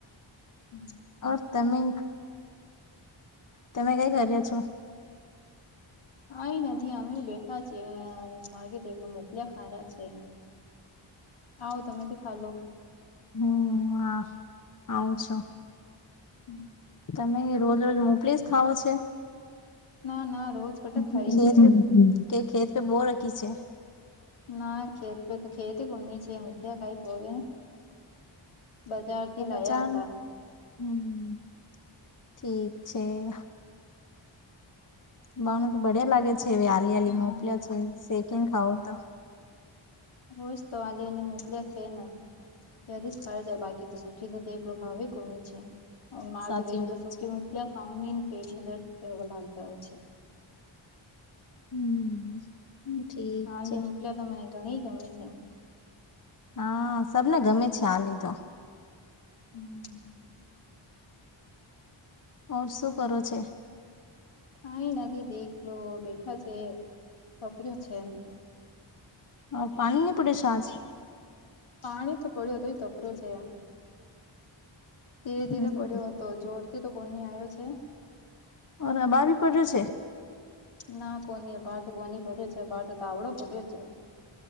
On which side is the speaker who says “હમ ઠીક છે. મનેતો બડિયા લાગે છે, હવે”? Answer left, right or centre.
Left